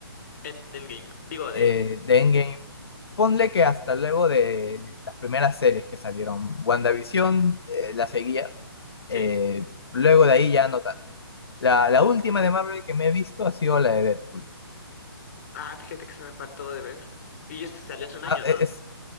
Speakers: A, on the left; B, on the left.
A: End- Endgame. Digo, de...
B: eh, de Endgame. Ponle que hasta luego de las primeras series que salieron. WandaVision eh, la seguía.
A: Sí.
B: eh, luego de ahí ya no tanto. La, la última de Marvel que me he visto ha sido la de Deadpool.
A: Ah, fíjate que se me faltó de ver. Y esto salió hace un
B: Ah,
A: año, ¿no?
B: e- es,